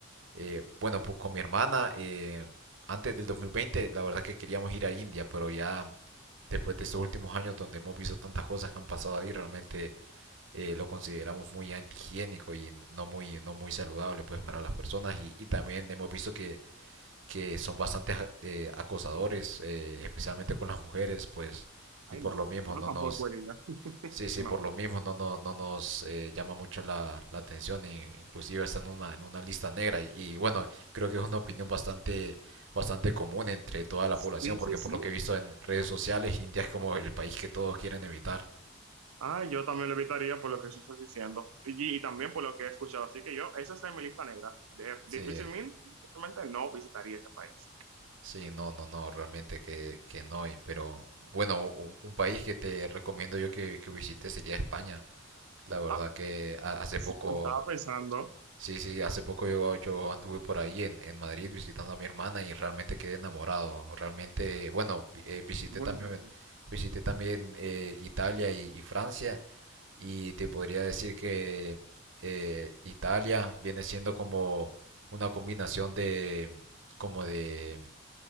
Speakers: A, on the right; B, on the right.
A: eh, bueno, pues con mi hermana, eh, antes del 2020, la verdad que queríamos ir a India, pero ya después de estos últimos años donde hemos visto tantas cosas que han pasado ahí, realmente eh, lo consideramos muy antihigiénico y no muy, no muy saludable pues para las personas y, y también hemos visto que, que son bastante eh, acosadores, eh, especialmente con las mujeres, pues
B: Ay,
A: y por
B: no,
A: lo mismo
B: yo
A: no
B: tampoco
A: nos,
B: iría.
A: Sí, sí,
B: No.
A: por lo mismo no, no, no nos eh, llama mucho la, la atención e inclusive está en una, en una lista negra y, y bueno, creo que es una opinión bastante, bastante común entre toda la
B: Sí,
A: población porque
B: sí, sí.
A: por lo que he visto en redes sociales, India es como el país que todos quieren evitar.
B: Ah, yo también lo evitaría por lo que tú estás diciendo y, y también por lo que he escuchado. Así que yo, esa está en mi lista negra. De- difícilmente,
A: Sí,
B: difícilmente no visitaría ese país.
A: sí, no, no, no, realmente que, que no, y- pero bueno, un, un país que te recomiendo yo que, que visites sería España. La verdad
B: Ah,
A: que ha- hace
B: sí,
A: poco,
B: lo estaba pensando.
A: Sí, sí, hace poco yo, yo anduve por ahí en, en Madrid visitando a mi hermana y realmente quedé enamorado. Realmente, bueno, vi- eh, visité
B: Muy
A: también,
B: bien.
A: visité también eh, Italia y, y Francia y te podría decir que eh, Italia viene siendo como una combinación de, como de,